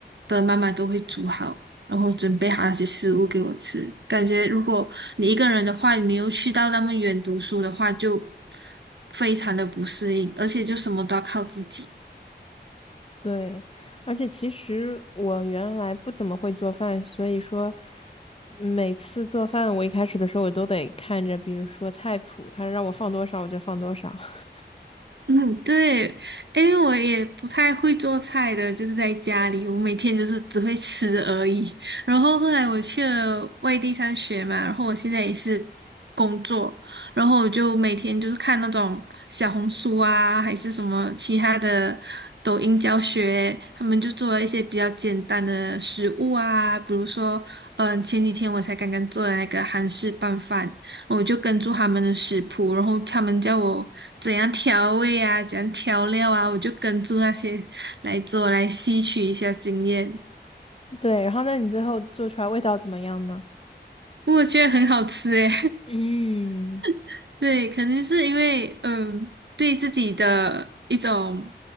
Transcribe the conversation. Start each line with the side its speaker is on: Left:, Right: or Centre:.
Right: 的妈妈都会煮好，然后准备好那些食物给我吃。感觉如果你一个人的话，你又去到那么远读书的话，就非常的不适应，而且就什么都要靠自己。
Left: 对，而且其实我原来不怎么会做饭，所以说每次做饭，我一开始的时候我都得看着，比如说菜谱，他让我放多少我就放多少。<laughs>
Right: 嗯，对，诶，我也不太会做菜的，就是在家里，我每天就是只会吃而已。然后后来我去了外地上学嘛，然后我现在也是工作，然后我就每天就是看那种小红书啊，还是什么其他的抖音教学，他们就做了一些比较简单的食物啊，比如说，嗯，前几天我才刚刚做的那个韩式拌饭。我就跟住他们的食谱，然后他们叫我怎样调味啊，怎样调料啊，我就跟住那些来做，来吸取一下经验。
Left: 对，然后那你最后做出来味道怎么样呢？
Right: 我觉得很好吃诶，
Left: 嗯，
Right: <laughs> 对，肯定是因为嗯，对自己的一种